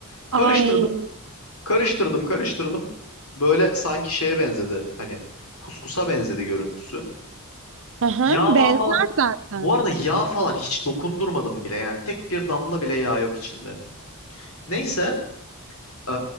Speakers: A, on the left; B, on the right.
A: Karıştırdım,
B: Ay.
A: karıştırdım, karıştırdım. Böyle sanki şeye benzedi. Hani kuskusa benzedi görüntüsü.
B: Hı hı,
A: Yağ Yağma
B: benzer
A: falan.
B: zaten.
A: Bu arada yağ falan hiç dokundurmadım bile yani. Tek bir damla bile yağ yok içinde. Neyse, ee,